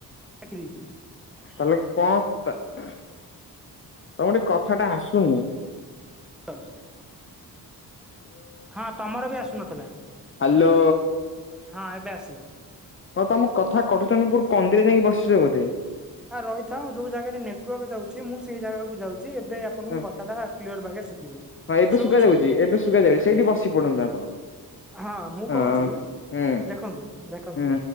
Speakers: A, in the centre; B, on the left.
A: ଦେଖିଦେଇଚି
B: ତାହେଲେ କଣ ତମ ଗଟେ କଥା ଟା ଆସୁନି
A: <unintelligible> ହଁ ତମର ବି ଆସୁନଥିଲା
B: ହାଲୋ
A: ହଁ ଏବେ ଆସିଲା
B: ହଁ ତମ କଥା କରୁଚତି ବୁ କନ୍ଦିରେ ଯାଇକି ବସିଛ ବୋଧେ
A: ଆଁ ରହିଥାଉ ଯୋଉ ଜାଗାରେ ନେଟୱାର୍କ ଯାଉଛି ମୁଁ ସେଇ ଜାଗାକୁ ଯାଉଛି ଏବେ ଆପଣଙ୍କୁ
B: ହଁ
A: କଥାଟା କ୍ଲିୟର ଭଳିଆ ଶୁଭିବ।
B: ହଁ ଏବେ
A: ଶୁଭୁଛି
B: ଶୁଭା ଯାଉଛି ଏବେ ଶୁଭା ଯାଉଛି ସେଇଠି ବସି ପଡ଼ନ୍ତୁ ଆପଣ
A: ହଁ ମୁଁ
B: ହୁଁ
A: କହୁଛି ଦେଖନ୍ତୁ ଦେଖନ୍ତୁ
B: ହୁଁ